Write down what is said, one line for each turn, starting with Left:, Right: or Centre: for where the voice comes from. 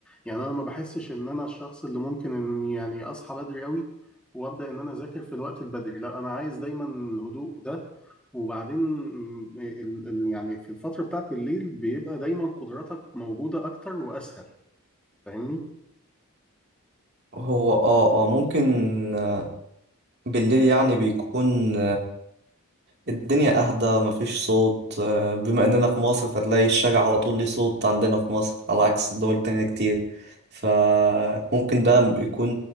Centre: يعني انا ما بحسش ان انا الشخص اللي ممكن ان يعني اصحى بدري قوي وابدا ان انا اذاكر في الوقت البدري لا انا عايز دايما الهدوء ده وبعدين م، ال- ال- يعني في الفترة بتاعت بالليل بيبقى دايما قدراتك موجودة اكتر واسهل فاهمني
Right: هو اه اه ممكن آه، بالليل يعني بيكون الدنيا أهدى مفيش صوت آه، بما إننا في مصر فتلاقي الشارع على طول ليه صوت عندنا في مصر على عكس دول تانية كتير فممكن ده يكون